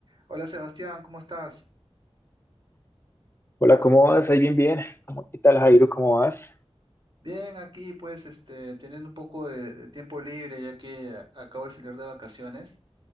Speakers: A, on the right; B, on the left.
A: Hola Sebastián, ¿cómo estás?
B: Hola, ¿cómo vas? Ahí bien, bien. ¿Cómo, qué tal, Jairo? ¿Cómo vas?
A: Bien, aquí pues este, teniendo un poco de, de tiempo libre ya que a- acabo de salir de vacaciones